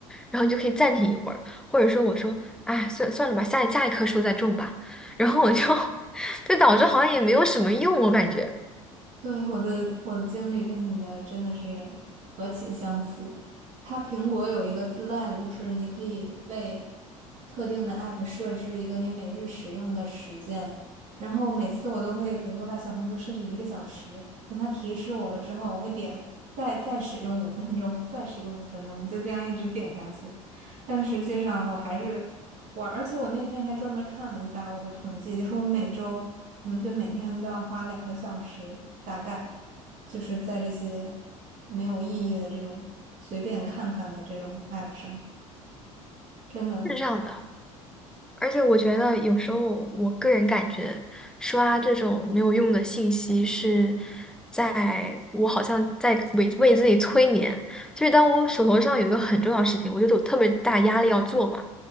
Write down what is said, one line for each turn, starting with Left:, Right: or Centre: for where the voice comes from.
Centre: 然后你就可以暂停一会儿，或者说我说，哎，算算了吧，下下一棵树再种吧，然后我就 <laughs>。这导致好像也没有什么用，我感觉
Right: 对，我的我的经历跟你的真的是何其相似。它苹果有一个自带的，就是你可以为特定的 app 设置一个你每日使用的时间。然后每次我都会，比如说把小红书设置一个小时，等它提示我了之后，我会点再再使用五分钟，再使用五分钟，就这样一直点下去。但实际上我还是我而且我那天还专门看了一下我的统计，就是我每周平均每天都要花两个小时，大概就是在这些没有意义的这种随便看看的这种 app 上，真的，
Centre: 是这样的。而且我觉得有时候，我个人感觉刷这种没有用的信息是在我好像在为为自己催眠。就是当我手头上有一个很重要的事情，我觉得有特别大压力要做嘛。